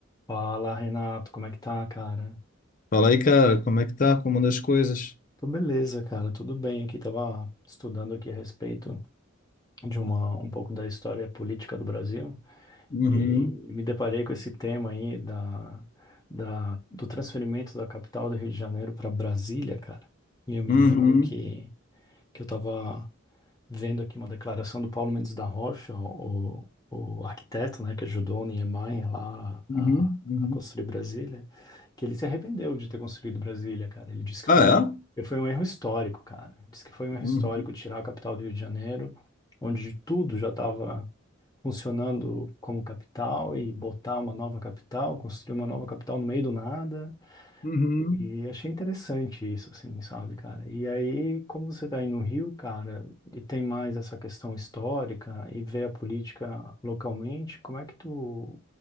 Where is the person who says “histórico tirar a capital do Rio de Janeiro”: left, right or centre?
Left